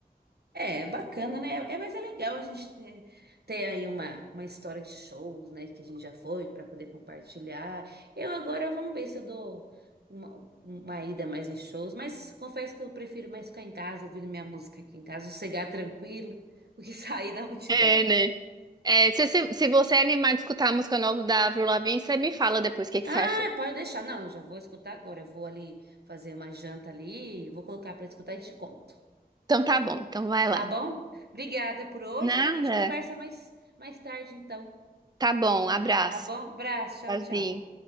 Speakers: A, on the right; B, on the right.
A: É, bacana, né? É, mas é legal a gente ter, ter aí uma, uma história de shows, né? Que a gente já foi para poder compartilhar. Eu agora vamos ver se eu dou uma, uma ida mais em shows, mas confesso que eu prefiro mais ficar em casa, ouvindo minha música aqui em casa, sossegar tranquila, <laughs> do que sair na multidão.
B: É, né? É, se, se, se você é animado de escutar a música nova da Avril Lavigne, você me fala depois o que, que
A: Ah,
B: você achou.
A: pode deixar. Não, eu já vou escutar agora. Eu vou ali fazer uma janta ali, vou colocar para escutar e te conto.
B: Então, tá bom. Então, vai
A: Tá
B: lá.
A: bom? Obrigada por hoje
B: Nada.
A: e a gente conversa mais, mais tarde então.
B: Tá bom. Abraço.
A: Tá bom? Abraço, tchau,
B: Tchauzinho.
A: tchau.